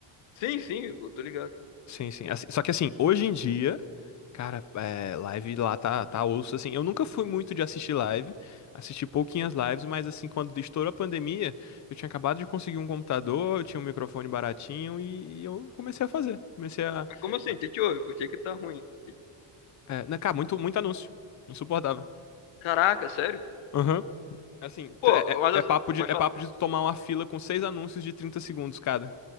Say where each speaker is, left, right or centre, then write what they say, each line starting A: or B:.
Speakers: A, on the left; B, on the left.
A: Sim, sim, eu tô ligado.
B: Sim, sim. Assim- só que assim, hoje em dia, cara, é, live lá tá, tá osso, assim. Eu nunca fui muito de assistir live, assisti pouquinhas lives, mas assim, quando estourou a pandemia, eu tinha acabado de conseguir um computador, eu tinha um microfone baratinho e, e eu comecei a fazer. Comecei a...
A: Mas como assim?
B: a
A: O que te houve? Por que que tá ruim? Que-
B: é, na- cara, muito, muito anúncio. Insuportável.
A: Caraca, sério?
B: Aham. Assim, t-
A: Pô,
B: é, é-
A: mas
B: é
A: assim,
B: papo de,
A: pode
B: é
A: falar.
B: papo de tu tomar uma fila com seis anúncios de 30 segundos cada.